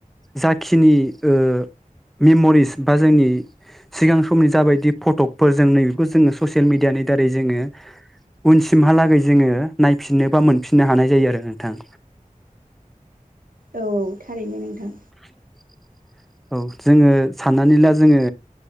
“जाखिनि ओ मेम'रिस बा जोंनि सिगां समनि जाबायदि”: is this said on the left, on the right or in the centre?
Centre